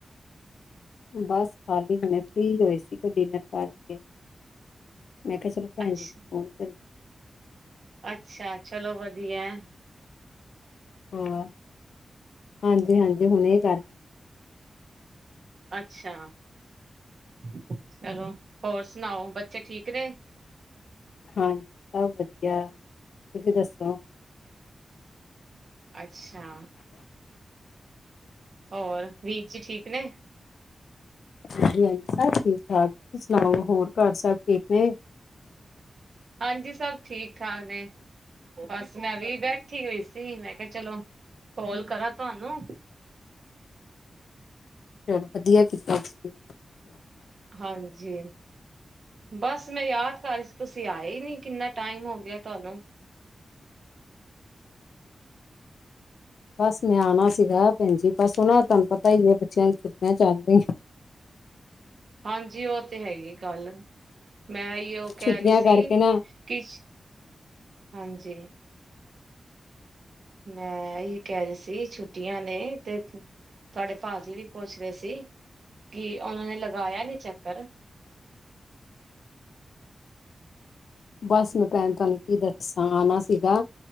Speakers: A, on the left; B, on the right.
A: ਬਸ ਖਾਲੀ ਹੁਣੇ ਫ੍ਰੀ ਹੋਏ ਸੀਗੇ ਡਿਨਰ ਕਰਕੇ ਮੈਂ ਕਿਹਾ ਚਲੋ ਭੈਣ
B: ਅੱਛਾ
A: ਜ ਫੋਨ ਕਰ
B: ਅੱਛਾ ਚਲੋ ਵਧੀਆ ਵਧ ਹੈ
A: ਹਾਂ ਹਾਂਜੀ ਹਾਂਜੀ ਹੁਣ ਇਹ ਕਰਕੇ
B: ਅੱਛਾ ਚਲੋ ਹੋਰ ਸੁਣਾਓ ਬੱਚੇ ਠੀਕ ਨੇ
A: ਹਾਂਜੀ ਸਭ ਵਧੀਆ ਤੁਸੀਂ ਦੱਸੋ
B: ਅੱਛਾ ਹੋਰ ਵੀਰ ਜੀ ਠੀਕ ਨੇ
A: ਹਾਂਜੀ ਹਾਂਜੀ ਸਭ ਠੀਕ ਠਾਕਂ ਸੁਣਾਓ ਹੋਰ ਘਰ ਸਭ ਠੀਕ ਨੇ
B: ਹਾਂਜੀ ਸਭ ਠੀਕ ਠਾਕ ਨੇ ਬਸ ਮੈਂ ਵੀ ਬੈਠੀ ਹੋਈ ਸੀ ਮੈਂ ਕਿਹਾ ਚਲੋ ਕੋਾਲ ਕਰਾਂ ਤੁਹਾਨੂੰ
A: ਚਲੋ ਵਧੀਆ ਕੀਤਾ ਤੁਸੀਂ
B: ਹਾਂਜੀ ਬਸ ਮੈਂ ਯਾਦ ਕਰ ਤੁਸੀਂ ਆਏ ਨੀ ਕਿੰਨਾ ਟਾਈਮ ਹੋ ਗਿਆ ਤੁਹਾਨੂੰ
A: ਬਸ ਮੈਂ ਆਣਾ ਸੀਗਾ ਭੈਣਜੀ ਬਸ ਉਹਓਨਾ ਤੁਹਾਨੂੰ ਪਤਾ ਹੀ ਬਛਿਆਂ ਨੂੰ ੁੱਟਿਆ ਚਾਹਦੀ
B: ਹਾਂਜੀ ਉਹ ਤੇ ਹੈਗੀ ਗੱਲ ਮੈਂ ਹੀ ਉਹ ਕਹਿ
A: ਛੁੱਟੀਆਂ
B: ਰਹੀ ਸੀ
A: ਕਰਕੇ ਨਾ
B: ਕਿ ਹਾਂਜੀ ਮੈਂ ਇਹੀ ਕਹਿ ਰਹੀ ਸੀ ਛੁੱਟੀਆਂ ਨੇ ਤੇ ਤੁਹਾਡੇ ਭਾਜੀੀ ਵੀ ਪੁੱਛ ਰਹੇ ਸੀ ਕਿ ਉਹਨਾਂ ਨੇ ਲਗਾਇਆ ਨੀ ਚੱਕਰ
A: ਬਸ ਮੈਂ ਭੈਣ ਤੁਹਾਨੂੰ ਕੀ ਦੱਸਾਂ ਆਣਾ ਸੀਗਾ